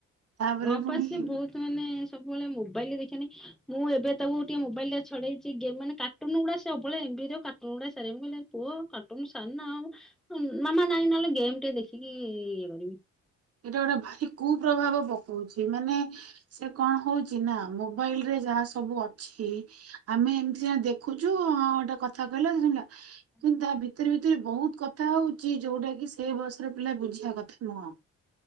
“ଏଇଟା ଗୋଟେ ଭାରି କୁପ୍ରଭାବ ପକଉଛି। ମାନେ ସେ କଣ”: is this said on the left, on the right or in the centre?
Right